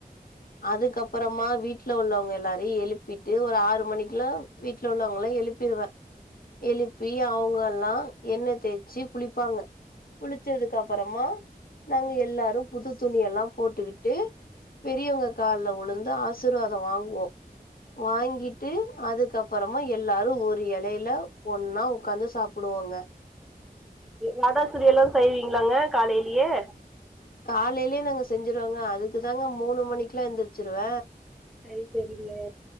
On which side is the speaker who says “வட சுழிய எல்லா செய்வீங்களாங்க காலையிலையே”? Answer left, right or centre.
Centre